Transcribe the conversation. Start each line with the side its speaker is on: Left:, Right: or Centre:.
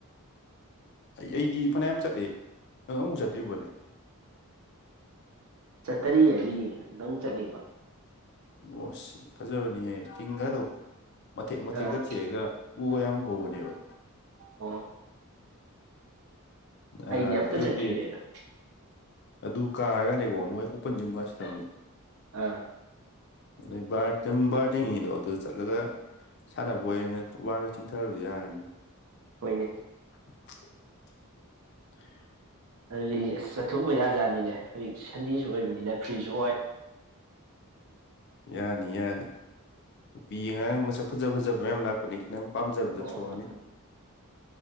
Left: ꯑꯩ ꯑꯩꯗꯤ ꯐꯅꯌꯥꯝ ꯆꯠꯂ ꯅꯪ ꯑꯃꯨꯛ ꯆꯠꯇ꯭ꯔꯤꯕꯣꯅꯦ
Right: ꯆꯠꯇꯔꯤ ꯑꯗꯨꯏꯅꯤꯅꯦ ꯑꯝꯇꯪ ꯆꯠꯅꯤꯡꯕ
Left: ꯑꯣ ꯑꯁ ꯐꯖꯕꯅꯤꯍꯦ ꯇꯤꯡꯒꯗꯣ ꯃꯊꯦꯛ ꯃꯊꯦꯛꯀ
Right: ꯑꯥ
Left: ꯊꯦꯛꯑꯒ ꯎꯒ ꯌꯥꯝ ꯍꯧꯕꯅꯦꯕ
Right: ꯑꯣꯝ ꯑꯩꯗꯤ
Left: ꯑ
Right: ꯑꯝꯇ
Left: ꯑꯗꯨꯗꯤ꯫
Right: ꯆꯠꯇ꯭ꯔꯤꯅꯦ ꯑꯗꯣ
Left: ꯑꯗꯨ ꯀꯥꯔꯒꯅꯦꯀꯣ ꯃꯣꯏ ꯑꯣꯄꯟꯖꯤꯝꯒꯁꯨꯊꯝꯃꯤ
Right: ꯑꯥ
Left: <unintelligible> ꯑꯗꯨ ꯆꯠꯂꯒ ꯁꯥꯟꯅꯕꯣꯏ ꯑꯅ ꯋꯥꯔꯒ ꯆꯤꯡꯊꯔꯁꯨ ꯌꯥꯔꯅꯤ
Right: ꯍꯣꯏꯅꯦ꯫
Left: <inaudible>
Right: ꯑꯗꯨꯗꯤ ꯑꯁ ꯆꯠꯊꯣꯛꯎꯕ ꯌꯥꯖꯥꯠꯅꯤꯅꯦ ꯍꯧꯖꯤꯛ ꯁꯟꯗꯦꯁꯨ ꯑꯣꯏꯕꯅꯤꯅ ꯐ꯭ꯔꯤꯁꯨ ꯑꯣꯏ
Left: ꯌꯥꯅꯤ ꯌꯥꯅꯤ ꯅꯨꯄꯤ ꯑꯉꯥꯡ ꯃꯁꯛ ꯐꯖ ꯐꯖꯕ ꯃꯌꯥꯝ ꯂꯥꯛꯄꯅꯤ ꯅꯪ ꯄꯥꯝꯖꯕꯗꯣ
Right: ꯑꯣ
Left: ꯊꯣꯛꯑꯅꯤ꯫
Right: ꯂꯥꯛꯀꯅꯤ